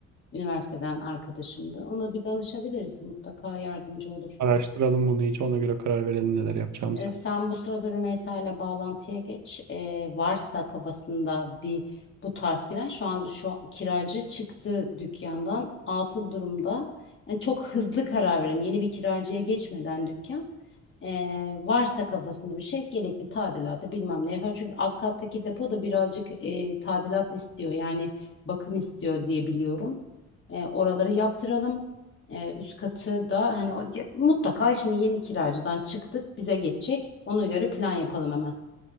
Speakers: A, on the left; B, on the right.
A: Üniversiteden arkadaşımdı. Ona bir danışabiliriz. Mutlaka yardımcı olur.
B: Araştıralım bunu iyice ona göre karar verelim neler yapacağımıza.
A: E, Sen bu sırada Rümeysa ile bağlantıya geç. E, varsa kafasında bir bu tarz plan şu an şu an kiracı çıktı dükkandan atıl durumda. Yani çok hızlı karar verelim. Yeni bir kiracıya geçmeden dükkan. E, varsa kafasında bir şey gerekli tadilata bilmem ne yapar. Çünkü alt kattaki depo da birazcık e, tadilat istiyor. Yani bakım istiyor diye biliyorum. E, oraları yaptıralım. Ee, üst katı da hani o, ya mutlaka şimdi yeni kiracıdan çıktık bize geçecek. Ona göre plan yapalım hemen.